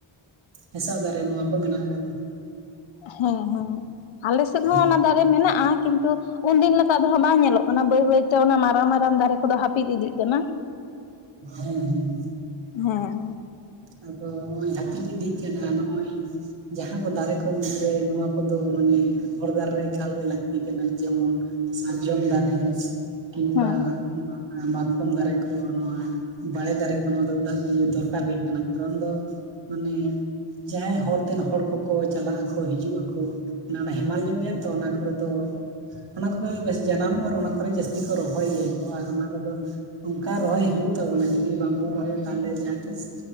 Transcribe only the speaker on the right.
ᱦᱮᱸᱥᱟᱜ ᱫᱟᱨᱮ ᱱᱚᱣᱟ ᱠᱚ ᱢᱮᱱᱟᱜ ᱠᱟᱫᱟ ᱾
ᱦᱮᱸ
ᱦᱮᱸ ᱦᱮᱸ ᱾
ᱟᱫᱚ ᱱᱚᱜ ᱚᱭ ᱦᱟᱹᱯᱤᱫ ᱤᱫᱤᱜ ᱠᱟᱱᱟ ᱱᱚᱜᱼᱚᱭ ᱡᱟᱦᱟᱸ ᱠᱚ ᱫᱟᱨᱮ ᱠᱚ ᱢᱩᱫᱽᱨᱮ ᱱᱚᱣᱟ ᱠᱚᱫᱚ ᱢᱟᱱᱮ ᱦᱚᱨ ᱫᱷᱟᱨᱮ ᱨᱮ ᱮᱠᱟᱞᱜᱮ ᱞᱟᱹᱠᱛᱤ ᱠᱟᱱᱟ ᱡᱮᱢᱚᱱ ᱥᱟᱨᱡᱚᱢ ᱫᱟᱨᱮ ᱠᱤᱝᱵᱟ
ᱢᱟᱛᱠᱚᱢ ᱫᱟᱨᱮ ᱠᱚ ᱱᱚᱣᱟ ᱵᱟᱲᱮ ᱫᱟᱨᱮ ᱠᱚ ᱱᱚᱣᱟ ᱫᱚ ᱫᱚᱨᱠᱟᱨ ᱜᱮ ᱠᱟᱱᱟ ᱾ ᱠᱟᱨᱚᱱ ᱫᱚ ᱢᱟᱱᱮ ᱡᱟᱦᱟᱸᱭ ᱦᱚᱨᱛᱮᱱ ᱦᱚᱲ ᱠᱚᱠᱚ ᱪᱟᱞᱟᱜ ᱟᱠᱚ ᱦᱤᱡᱩᱜ ᱟᱠᱚ ᱚᱱᱟ ᱦᱮᱢᱟᱞ ᱧᱚᱜ ᱜᱮᱭᱟ ᱛᱚ ᱚᱱᱟ ᱠᱚᱨᱮ ᱫᱚ ᱚᱱᱟ ᱠᱚᱫᱚ ᱵᱮᱥ ᱡᱟᱱᱟᱢᱚᱜ ᱟᱨ ᱚᱱᱟ ᱠᱚᱨᱮ ᱡᱟᱹᱥᱛᱤ ᱠᱚ ᱨᱚᱦᱚᱭ ᱜᱮᱭᱟ ᱠᱚ ᱟᱨ ᱚᱱᱟ ᱠᱚᱫᱚ ᱚᱱᱠᱟ ᱨᱚᱦᱚᱭ ᱦᱩᱭᱩᱜᱭ ᱛᱟᱵᱚᱱᱟ ᱡᱩᱫᱤ ᱵᱟᱝᱵᱚᱱ ᱨᱚᱦᱚᱭ ᱛᱟᱦᱚᱞᱮ ᱡᱟᱦᱟᱸ ᱛᱤᱥ